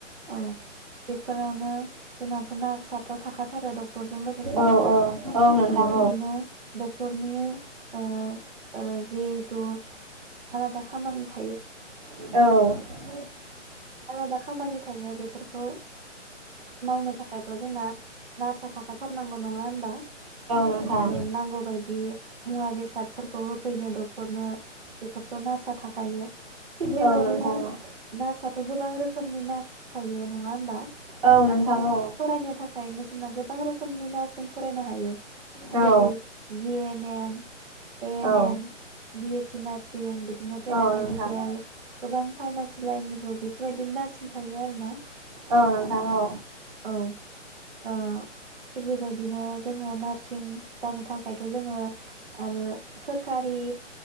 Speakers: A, on the right; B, on the right.
A: औ बे फोरावनो जोंनाथ नार्सआथ थाख थाखाथारो डक्टरजों लोगोसे
B: औ औ नोंथां
A: औ बिदिनो डक्टरनि ओ ओ जिहेथु आलादा खामानि थायो
B: औ औ
A: आलादा खामानि थायो बेफोरखौ मावनो थाखायथ जोंना नार्सा थाखाथारनांगौ नङा होनबा
B: नोंथां।
A: आरो नांगौ बायदि मुवा बेसादफोरखौ होफैनो डक्टरनो बेफोरखौ नार्सा थाखायो थिग बेबायदिनो
B: औ नोंथां
A: नारसा गोबां रोखोमनि नार्स थायो नङा होनोमबा?
B: औ
A: माने
B: नोंथां औ
A: फरायनो थाखायनो जोंना गोबां रोखोमनि नार्सिं फरायनो हायो
B: औ
A: जेरै जिएनएम an
B: औ
A: M BA C nursing बिदिनो पेरामेडिकेल
B: औ नोंथां
A: गोबां फार्मासि लाइननिबो बेबायदिनो नार सिं थायो आरो ना
B: औ नोंथां औ
A: औ ओ थिग बेबायदिनो जोङो नार्स सिं जानो थाखायथ जोङो आरो सोरकारि